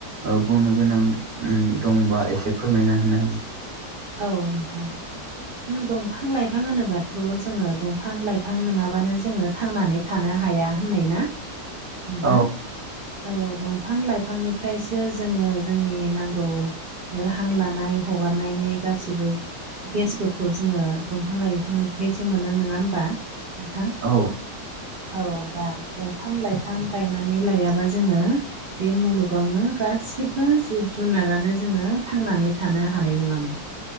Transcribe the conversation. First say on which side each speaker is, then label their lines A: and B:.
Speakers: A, on the right; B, on the right.
A: ओ बुंनो गोनां दंबा एसे फोरमायना होनो हागोन?
B: औ नोंथां। जों दंफां लाइफां होनोब्लााथ' जोङो दंफां लाइफां नङाबानो जोङो थांनानै थानो हाया होननाय ना नोंथां।
A: औ
B: औ दंफां लाइफांनिफ्रायसो जोङो जोंनि नांगौ ओ हां लानाय हगारनायनि गासिबो गेसफोरखौ जोङो दंफां लाइफांनिफ्रायसो मोनो नङा होमबा। नोंथां।
A: औ
B: औ दा दंफां लाइफां गायनानै लायाबा जोङो। बे मुलुगावनो गासिबो जिब जुनारानो जोङो थांनानै थानो हानाय नङामोन।